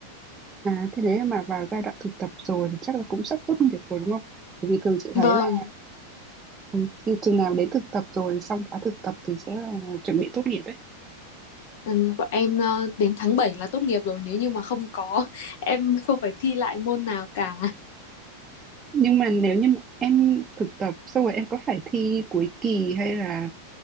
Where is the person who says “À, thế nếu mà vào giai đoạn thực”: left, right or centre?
Right